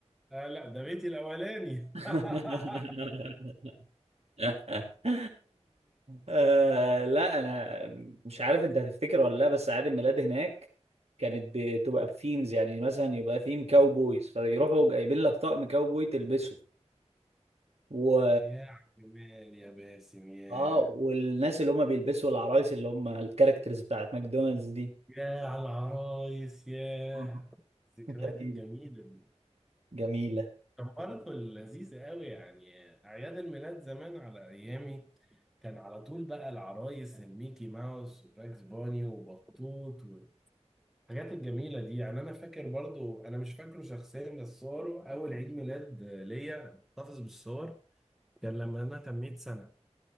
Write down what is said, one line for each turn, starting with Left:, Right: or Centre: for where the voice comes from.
Centre: آه لا ده بيتي الاولاني
Right: <laughs>
Centre: <laughs>
Right: <laughs> آه لا انا مش عارف انت هتفتكر ولا لا بس اعياد الميلاد هناك كانت بتبقى بثيمز يعني مثلا يبقى ثيم كاوبويز فيروحوا جايبين لك طقم كاوبوي تلبسه و
Centre: يا جمال يا باسم يا
Right: اه والناس اللي هم بيلبسوا العرايس اللي هم الكاركترز بتاعت ماكدونالدز دي
Centre: يا على العرايس يا
Right: <laughs>
Centre: الذكريات
Right: جميلة
Centre: الجميلة دي
Right: جميلة
Centre: كان برضه لذيذة قوي يعني أعياد الميلاد زمان على أيامي كان على طول بقى العرايس الميكي ماوس وباكس بوني وبطوط الحاجات الجميلة دي يعني أنا فاكر برضو أنا مش فاكره شخصيا بس صوره أول عيد ميلاد ليا محتفظ بالصور كان لما أنا تميت سنة